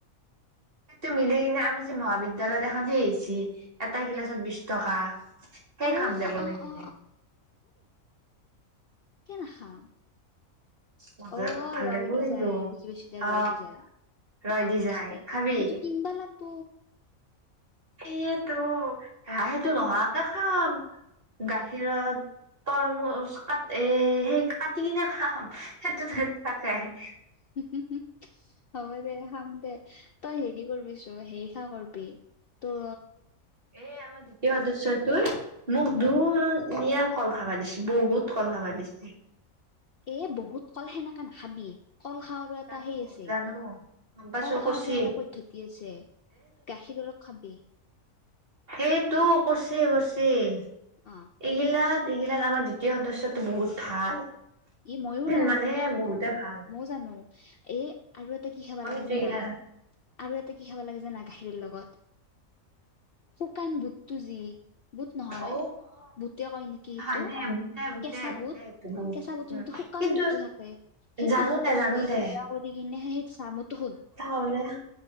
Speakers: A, on the right; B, on the left.
A: সেইটো মিলি কিনে আমাৰ যে মহাবিদ্যালয়ত এখন সেই আহিছি এটা গিলাচত বিশ টকা সেই
B: অ
A: খাম দে বনাই
B: অ
A: কিনে
B: অ কে নাখাওঁ
A: মজা
B: অহ
A: ভাল
B: ৰয়
A: লাগিব
B: দি
A: কিন্তু
B: যায় বুজি পেছি
A: অ
B: ৰয় দি যায়
A: ৰৈ
B: অহ
A: দি
B: বুজি
A: যায়
B: পাইছো দে
A: খাবি
B: সেইটো কিনবা লাগিব
A: এইতো হ সেইটো নোহোৱা কে খাম গাখীৰত তৰমোজ কাট এ সেই কাটি কিনে খাম সেইটো তাতে আহে
B: হুম হুম হব দে খাম দে তই হেৰি কৰবি তো সেই খা কৰবি তো'
A: এ আমাৰ দ্বিতীয় সদস্যটোৰ মোক দুৰ নিয়াৰ কল খাবা দিছে বহুত কল খাবা দিছে।
B: এ বহুত ক'ল সেনেকাে নাখাবি। ক'ল খাওঁৰু এটা
A: জানো
B: সেই আছে
A: জানো গম পাইছো
B: কল
A: কচি
B: খাৱাৰ এটা পদ্ধতি আছে গাখীৰ অলপ খাবি।
A: এইটো কছে কছে ই
B: অ
A: এইগিলাক এইগিলাক আমাৰ দ্বিতীয় সদস্যটো বহুত ভাল।
B: ই মইয়ো ৰ
A: মানে
B: মোকো খ
A: বহুতে ভাল
B: মই জানো এ আৰু এটা কি খাবা
A: মই
B: লাগে
A: কিন্তু
B: জানা?
A: এইগিলা
B: আৰু এটা- কি খাব লাগে জানা গাখীৰৰ লগত শুকান বুটটো যি বুট নহয়
A: অ অ
B: বুতে কয় নেকি সেইটো
A: হয় দে বুতে বুতে
B: কেঁচা
A: বুতে
B: বুট
A: এইটো বুত
B: কেঁচা বুটটো
A: উম
B: এইটো শুকান
A: কিন্তু
B: বুটটো থাকে সেইটো
A: জানো
B: বুটটো
A: দে জানো
B: যদি
A: দে
B: গোটাকৰি কিনে সেই চামোতো সৰু
A: হয় নে